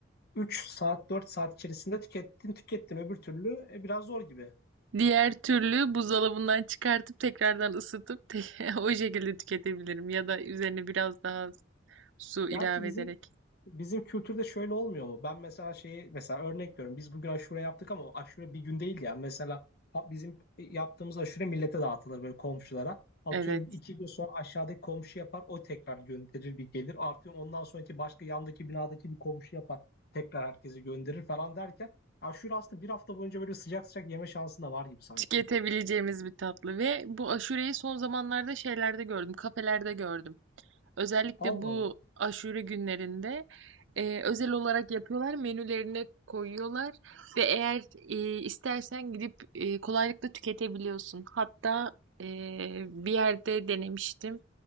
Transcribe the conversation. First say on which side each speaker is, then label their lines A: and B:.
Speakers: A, on the left (about 55°); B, on the right (about 70°).
A: 3 saat 4 saat içerisinde tükettin tükettin öbür türlü e, biraz zor gibi.
B: Diğer türlü buzdolabından çıkartıp tekrardan ısıtıp <laughs> o şekilde tüketebilirim ya da üzerine biraz daha su
A: Gerçi
B: ilave
A: bizim
B: ederek.
A: Bizim kültürde şöyle olmuyor mu? Ben mesela şeyi mesela örnek veriyorum. Biz bugün aşure yaptık ama o aşure bir gün değil yani. Mesela ha- bizim yaptığımız aşure millete dağıtılır böyle komşulara. Atıyorum
B: Evet.
A: iki gün sonra aşağıdaki komşu yapar. O tekrar gönderir bir gelir. Artıyor ondan sonraki başka yandaki binadaki bir komşu yapar. Tekrar herkese gönderir falan derken. Aşure aslında bir hafta boyunca böyle sıcak sıcak yeme şansın da var gibi sanki.
B: tüketebileceğimiz bir tatlı ve bu aşureyi son zamanlarda şeylerde gördüm, kafelerde gördüm. Özellikle
A: Allah
B: bu
A: Allah.
B: aşure günlerinde e, özel olarak yapıyorlar, menülerine koyuyorlar ve eğer e, istersen gidip e, kolaylıkla tüketebiliyorsun. Hatta e, bir yerde denemiştim.